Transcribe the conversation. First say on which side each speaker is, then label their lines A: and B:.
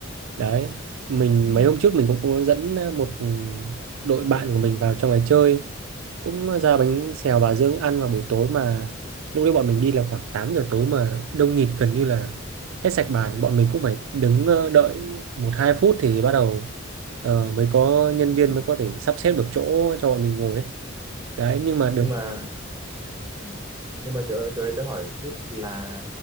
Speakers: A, on the right; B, on the right.
A: đấy mình
B: ừ.
A: mấy hôm trước mình cũng có dẫn một ừ, đội bạn của mình vào trong này chơi cũng ra bánh xèo Bà Dương ăn vào buổi tối mà lúc đấy bọn mình đi là khoảng 8 giờ tối mà đông nghịt gần như là hết sạch bàn bọn mình cũng phải đứng ờ, đợi một hai phút thì bắt đầu ờ, mới có nhân viên mới có thể sắp xếp được chỗ cho bọn mình ngồi ấy. đấy nhưng mà
B: nhưng
A: được
B: mà ừ. nhưng mà chỗ chỗ đấy tớ hỏi chút là